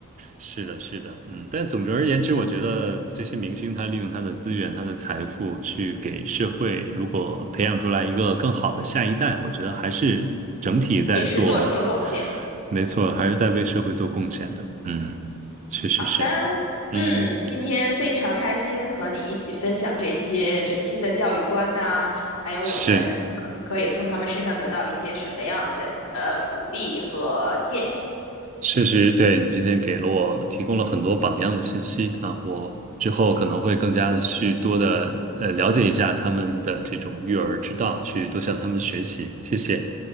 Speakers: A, on the right; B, on the left.
A: 是的，是的，嗯，但总而言之，我觉得这些明星他利用他的资源、他的财富去给社会，如果培养出来一个更好的下一代，我觉得还是整体在做，
B: 也是做出了贡献。
A: 没错，还是在为社会做贡献的。嗯，确实是，
B: 好的，嗯，
A: 嗯，
B: 今天非常开心和你一起分享这些明星的教育观呐、还有我们可以从他们身上得到一些什么样的呃鼓励和建议。
A: 是，确实对你今天给了我提供了很多榜样的信息啊，我之后可能会更加的去多的呃了解一下他们的这种育儿之道，去多向他们学习。谢谢。